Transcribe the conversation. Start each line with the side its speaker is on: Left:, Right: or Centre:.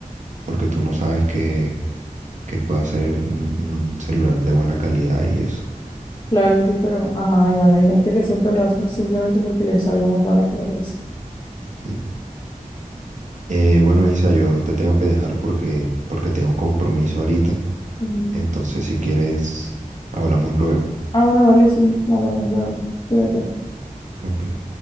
Right: porque tú no sabes que, que pueda ser un, un celular de buena calidad y eso.
Left: Claro, sí, pero ajá, igual hay gente que siempre lo hace simplemente porque le salga más barato la cabeza.
Right: Sí. Eh, bueno, Isa, yo te tengo que dejar porque, porque tengo un compromiso ahorita.
Left: Ujú.
Right: Entonces, si quieres, hablamos luego.
Left: Ah, bueno, vale, sí, no hablamos luego. Cuídate.
Right: Ok.